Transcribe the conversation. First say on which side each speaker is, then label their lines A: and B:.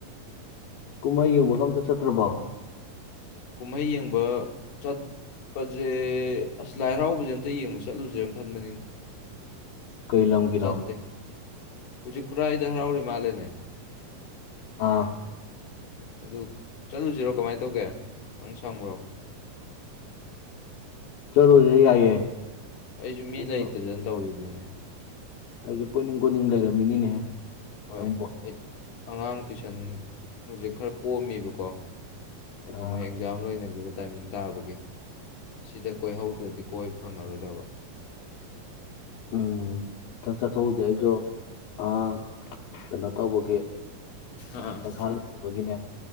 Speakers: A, on the left; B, on the left.
A: ꯀꯨꯝꯍꯩ ꯌꯦꯡꯕꯒ ꯑꯝꯇ ꯆꯠꯇ꯭ꯔꯕꯣ?
B: ꯀꯨꯝꯍꯩ ꯌꯦꯡꯕ ꯆꯠ ꯄꯠꯖꯦ ꯑꯁ ꯂꯥꯏ ꯍꯔꯥꯎꯕꯁꯦ ꯑꯝꯇ ꯌꯦꯡꯕ ꯆꯠꯂꯨꯁꯦ ꯈꯟꯕꯅꯤꯅꯦ꯫
A: ꯀꯩ ꯂꯝꯒꯤꯅꯣ
B: ꯑꯗꯨ ꯆꯠꯇꯦ ꯍꯧꯖꯤꯛ ꯈꯨꯔꯥꯏꯗ ꯍꯔꯥꯎꯔꯤ ꯃꯥꯜꯂꯦꯅꯦ
A: ꯑꯥ
B: ꯑꯗꯨ ꯆꯠꯂꯨꯖꯤꯔꯣ ꯀꯃꯥꯏꯟ ꯇꯧꯒꯦ ꯅꯪ ꯁꯪꯕ꯭ꯔꯣ
A: ꯆꯠꯂꯨꯖ‌ꯦ ꯌꯥꯏꯌꯦ
B: ꯑꯩꯖꯨ ꯃꯤ
A: ꯑꯩꯁꯨ
B: ꯂꯩꯇꯗꯅ ꯇꯧꯔꯤꯝꯅꯤꯅꯦ
A: ꯑꯩꯁꯨ ꯀꯣꯏꯅꯤꯡ ꯀꯣꯏꯅꯤꯡ ꯂꯩꯔꯝꯃꯤꯅꯤꯅꯦꯍꯦ
B: ꯍꯣꯏ
A: ꯅꯪꯕꯨ
B: ꯑꯩ ꯑꯉꯥꯡ ꯇꯨꯏꯁꯟ ꯍꯧꯖꯤꯛ ꯈꯔ ꯀꯣꯝꯃꯤꯕꯀꯣ ꯍꯥꯏꯗꯤ
A: ꯑꯥ,
B: ꯃ‌ꯣꯏ ꯑꯦꯛꯖꯥꯝ ꯂꯣꯏꯅꯈꯤꯕ ꯇꯥꯏꯃꯤꯡ ꯇꯥꯕꯒꯤ ꯁꯤꯗ ꯀꯣꯏꯍꯧꯗ꯭ꯔꯗꯤ ꯀꯣꯏꯕ ꯐꯪꯉꯔꯣꯏꯗꯕ
A: ꯎꯝ ꯆꯠ ꯆꯠꯊꯣꯛꯎꯖ‌ꯦ ꯑꯩꯖꯨ ꯑꯥ ꯀꯩꯅꯣ ꯇꯧꯕꯒꯤ
B: ꯑꯥ
A: ꯄꯩꯈꯥ ꯂꯣꯢ ꯕꯒꯤ ꯅꯦ꯫